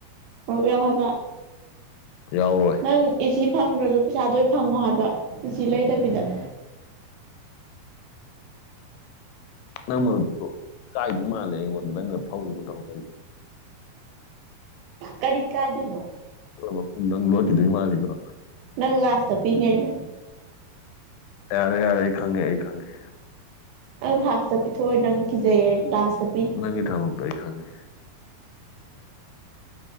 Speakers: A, on the right; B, on the left.
A: ꯃꯔꯨꯞ ꯌꯥꯎ ꯍꯥꯏꯕ
B: ꯌꯥꯎꯔꯣꯏ
A: ꯅꯪ ꯑꯦꯁꯤ ꯐꯪꯗ꯭ꯔꯁꯨ ꯄꯩꯁꯥꯗꯣ ꯐꯪꯉꯣ ꯍꯥꯏꯕ ꯑꯦꯁꯤ ꯂꯩꯗꯕꯤꯗ
B: ꯅꯪ ꯃꯔꯨꯞꯇꯣ ꯀꯥꯏꯗꯧ ꯃꯥꯜꯂꯦ ꯑꯩꯉꯣꯟꯗ ꯅꯪꯅ ꯐꯧꯏꯀꯣ ꯇꯧ
A: ꯀꯔꯤ ꯀꯥꯗꯅꯣ
B: ꯃꯄꯨꯡꯗꯪ ꯂꯣꯠꯈꯤꯗꯣꯏ ꯃꯥꯜꯂꯤꯀꯣ
A: ꯅꯪ ꯂꯥꯁꯇ ꯄꯤꯅꯤ ꯑꯩꯅ
B: ꯌꯥꯔꯦ ꯌꯥꯔꯦ ꯑꯩ ꯈꯪꯉꯦ ꯑꯩ ꯈꯪꯉꯦ
A: ꯑꯪ ꯐꯥꯁ ꯆꯠ ꯄꯤꯊꯣꯛꯑ ꯅꯪ ꯀꯤꯖꯩꯌꯦ ꯑꯩ ꯂꯥꯁ ꯇ ꯄꯤꯅꯤ
B: ꯅꯪꯒꯤ ꯊꯥꯃꯛꯇ ꯑꯩ ꯈꯪꯉꯦ